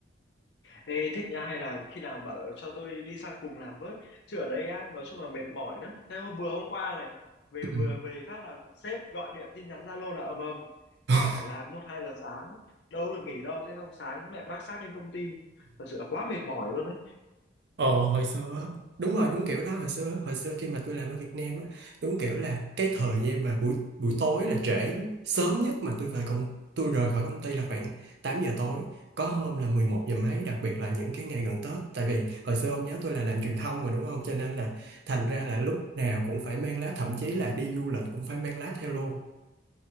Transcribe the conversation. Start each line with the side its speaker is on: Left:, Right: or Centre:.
Left: Ê, thích nha hay là khi nào bảo cho tôi đi sang cùng làm với chứ ở đây á nói chung là mệt mỏi lắm thế hôm vừa hôm qua này về
Right: Ừ.
Left: vừa về phát là sếp gọi điện tin nhắn Zalo là ầm ầm
Right: <laughs>
Left: thế là phải làm một hai giờ sáng đâu được nghỉ đâu thế xong sáng mẹ vác xác lên công ty thật sự là quá mệt mỏi luôn đấy
Right: Ờ hồi xưa á, đúng rồi đúng kiểu đó hồi xưa hồi xưa khi mà tôi làm ở Việt Nam á đúng kiểu là cái thời gian mà buổi buổi tối là trễ sớm nhất mà tôi về công tôi rời khỏi công ty là khoảng 8 giờ tối có hôm là 11 giờ mấy đặc biệt là những cái ngày gần Tết tại vì hồi xưa ông nhớ tôi là làm truyền thông mà đúng không cho nên là thành
Left: ừ.
Right: ra là lúc nào cũng phải mang lá thậm chí là đi du lịch cũng phải mang lá theo luôn